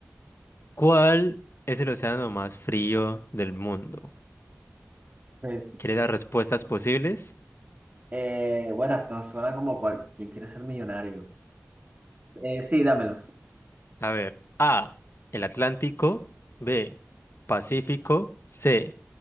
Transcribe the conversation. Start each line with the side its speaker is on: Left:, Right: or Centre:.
Left: ¿Cuál es el océano más frío del mundo?
Right: Pues,
Left: ¿Quieres las respuestas posibles?
Right: eh, bueno, esto suena como cual, ¿quién quiere ser millonario? Eh, sí, dámelos.
Left: A ver, A, el Atlántico, B, Pacífico, C,